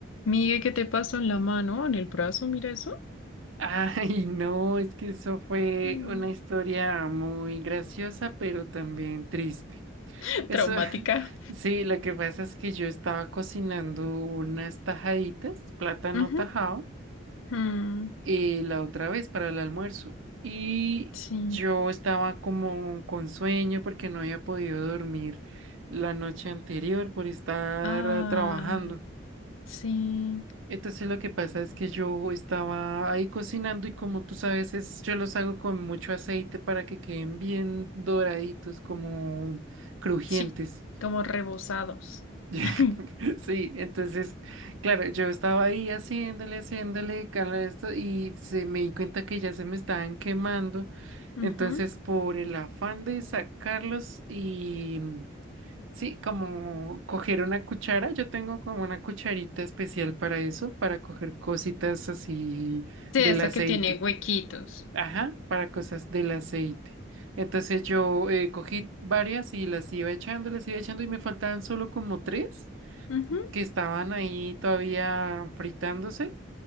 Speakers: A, on the left; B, on the right.
A: Migue, ¿qué te pasó en la mano, en el brazo? Mira eso.
B: Ay, no, es que eso fue
A: Mm,
B: una historia muy graciosa, pero también triste.
A: <laughs>
B: Eso,
A: Traumática.
B: <laughs> sí, lo que pasa es que yo estaba cocinando unas tajaditas, plátano
A: Ujú.
B: tajado,
A: Mm,
B: y la otra vez para el almuerzo. Y
A: Sí.
B: yo estaba como con sueño porque no había podido dormir la noche anterior por estar
A: Ah,
B: ah, trabajando.
A: sí.
B: Entonces lo que pasa es que yo estaba ahí cocinando y como tú sabes, es, yo los hago con mucho aceite para que queden bien doraditos, como crujientes.
A: Sí, como rebozados.
B: <laughs>
A: <laughs>
B: Sí, entonces, claro, yo estaba ahí haciéndole, haciéndole, cala esto y se me di cuenta que ya se me estaban quemando.
A: Ujú.
B: Entonces, por el afán de sacarlos y Sí, como coger una cuchara, yo tengo como una cucharita especial para eso, para coger cositas así
A: Sí,
B: del
A: esa
B: aceite.
A: que tiene huequitos.
B: Ajá, para cosas del aceite. Entonces yo eh, cogí varias y las iba echando, las iba echando y me faltaban solo como tres
A: Ujú.
B: que estaban ahí todavía fritándose.